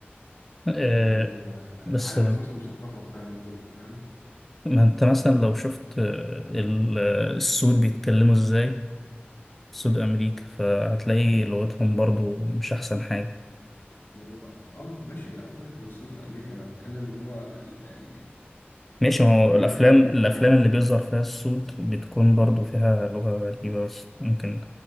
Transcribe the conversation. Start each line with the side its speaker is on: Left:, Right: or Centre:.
Centre: آه،
Left: اللي هي
Centre: بس
Left: على الناس مثلا مثقفة والكلام ده كله فاهم؟
Centre: ما انت مثلا لو شفت آه، ال- آه، السود بيتكلموا ازاي سود امريكا فهتلاقي لغتهم برضو مش احسن حاجة
Left: اه آه، ماشي لا فكك من الصوت في أمريكا أنا بتكلم اللي هو ال- يعني
Centre: ماشي ما هو
Left: عامة
Centre: الأفلام
Left: يعني
Centre: الأفلام
Left: عم
Centre: اللي بيظهر فيها السود بتكون برضو فيها لغة غريبة بس ممكن